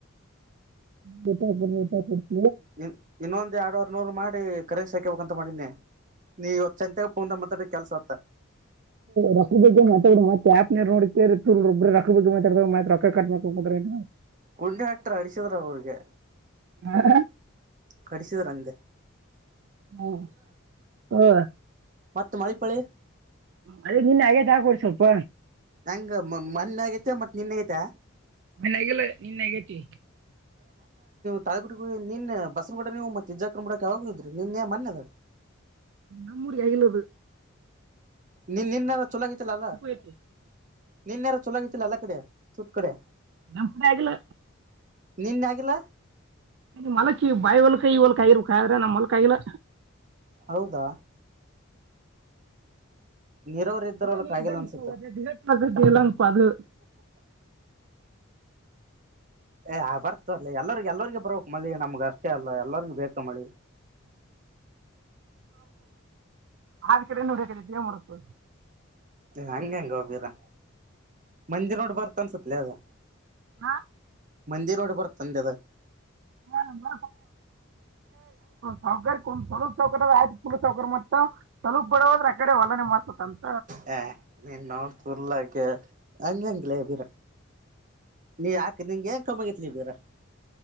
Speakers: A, on the right; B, on the right.
A: ಕೊಡ ಆಗಿಬಡು
B: ಇ ಇನ್ನೊಂದ್ ಎರಡ್ವರ್ ನೂರ್ ಮಾಡ ಕರೆಸ್ಸಿ ಹಾಕೆ ಹೋಗಂತ ಮಾಡಿನಿ ನೀವ ಇವತ್ ಚಂತೆಕ ಪೋನಾಗ ಮಾತು ಆಡಿದರೆ ಕೆಲ್ಸ ಹೊತ್ತ
A: ರೊಕ್ಕ ಬಗ್ಗೆ ಮಾತಾಡ ಮತ್ತ ಆಪ್ ನೀರ್ ನೋಡೊಬ್ ರಕ್ಕದ ಬಗ್ಗೆ ಮಾತಾಡತ ಮತ್ತತ್ ರೊಕ್ಕ ಕಟ್ ಮಾಡಿಕೊಂಡು ಕುಂತ್ರೆಅತಿನಿ
B: ಗುಂಡಿ ಹಟ್ರ ಅಡಿಸಿದ್ರ ಅವ್ರಿಗೆ
A: ಮಾಡರ್
B: ಕಡಿಸಿದ್ರಂಗ
A: ಹ್ಮ ಹ್ಮ
B: ಮತ್ತತ್ ಮಳಪಳೆ
A: ಮಳಿ ನಿನ್ನ ಹಾಗೇದ ಹಾಕೋಡಿ ಸ್ವಲ್ಪ
B: ನಂಗ ಮೊನ್ನೆ ಆಗೈತೆ ಮತ್ತತ್ ನಿನ್ ಆಗೈತೆ
A: ಮನ್ಗಲ್ಲ ನಿನ್ನೆ ಹಗೇತಿ
B: ತಾಳಗುಡಗ ನಿನ್ನ ಬಸ್ ಕೂಡ ನೀವು ಮೆಜಕನ್ ಕಡಕ್ಕೆಾವಾಗೋಗ ಇದಿ ನಿನ್ನೆ ಮನ್ ಅದ
A: ನಮ್ಮ ಊರಿಗೆ ಆಾಗಿಲ್ಲುದು <inaudible>
B: ನಿನ್ ನಿನ್ನೆಾರೇ ಚಲಾಗಿತ್ತಲ್ಲ ಅಲ್ಲ
A: ಐತಿ
B: ನಿನ್ನಯಾರ ಚೊಲಾಗಿತ್ತಲ್ಲ ಅಲ್ಲ ಕಡೆ ಸತು ಕಡೆ
A: ನಮ್ಮಕಡೆ ಆಕಿಲ್ಲ
B: ನಿನ್ನೆ ಆಗಿಲ್ಲ
A: ನೀಮ ಹೊಲಕ ಬಾಯಿ ಒಲ್ಕಾಯಿ ಇವಲ್ಕಾಯರ್ಬೇಕ ಆದ್ರೆ ನಮ್ಮ್ ಮಲ್ಕೈಲ್ಲ
B: ಹೌದಾ ನೀರಾವರಿ ಇದ್ದರೊಲಕ್
A: ಅದು ನೀನು
B: ಆಗಿಲ್ಲ
A: ಇದಂಗ
B: ಅನ್ಸುತ್ತ
A: ತಸತಲ್ಲಾಪ್ಪ ಅದು
B: ಏ ಬರುತ್ತ ತೊಗಳೆ ಎಲ್ಲರಿ ಎಲ್ಲರ್ರಿಗೆ ಬರಬೇಕಕ್ ಮಳಿ ನಮ್ಗ್ ಅಷ್ಟೇ ಅಲ್ಲ ಎಲ್ಲರಿೂ ಬೇಕು ಮಳಿ
A: ಆದ ಕಡೆ ನೋಡಕ ನೀಡುತ್ತದೆ ಏನ್ ಮಾಡಬೇಕೆ
B: ಹಂಗೆ ಹಂಗೋ ಭಿರಾ ಮಂದಿ ನೋಡ್ ಬರ್ತ ಸುತ್ತಲೆ ಅದು
A: ಹಾ
B: ಮಂದಿನೆಡಿ ಬರುತ್ತದೆಂದು ಅದು
A: ರಂಗ ಸೌಕಲಪ್ ಸೌಕರ್ಯದ ಆಯತ ಪು ಸೌಕರ ಮ ಸಲ ಬಡದ್ರೆ ಆಕಡೆ ವಲನೆ ಮಾರುತ್ತಿಂದ
B: ಹ ನೀನ್ಮನ ಕಹೆ ಅಂಗಿಲ್ಲಲೀ ಬರ ನೀ ಹಾಕ ನಿಂಗ ಏನ್ ಕಮ್ಮಿ ಅಗಾಥಾ ಇಲಿ ಬರ